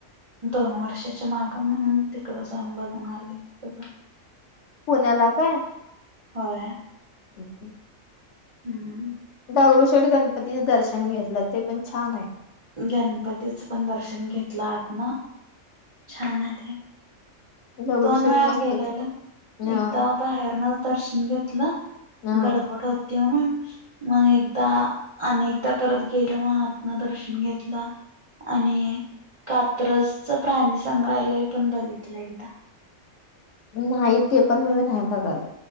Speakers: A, on the right (about 55°); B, on the left (about 65°).
A: दोन वर्षाच्या माग. म्हणून तिकड जाऊन बघून आलोय सगळं.
B: पुण्याला काय?
A: होय.
B: हम्म हम्म.
A: हम्म.
B: दडगडूशेठ गणपतीचं दर्शन घेतलं. ते पण छानाय.
A: गणपतीच पण दर्शन घेतलं आतन. छाने ते.
B: दगडूशेठ
A: दोन वेळा
B: मस्तच
A: गेल्यालो.
B: आहे. हा
A: एकदा बाहेरनं दर्शन घेतलं.
B: हा.
A: गडबड होती म्हणून. मग एकदा अन एकदा परत गेलो मग आतन दर्शन घेतलं. आणि कात्रसच प्राणीसंग्रहालय पण बघितलंय.
B: नाही ते पण मी नाही बघायला.